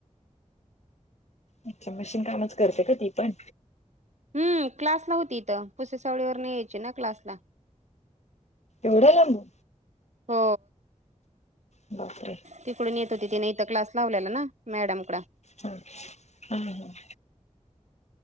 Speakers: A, on the left (about 60°); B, on the right (about 65°).
A: अच्या मशीन कामच करते का ती पण
B: हम् क्लास ला होती इत पुसे सावळीवरन यायची ना क्लासला
A: एवडया लांब
B: हो
A: बापरे
B: तिकडून येत होती तिन इत क्लास लावलेला ना मॅडम कड
A: हम हम् हम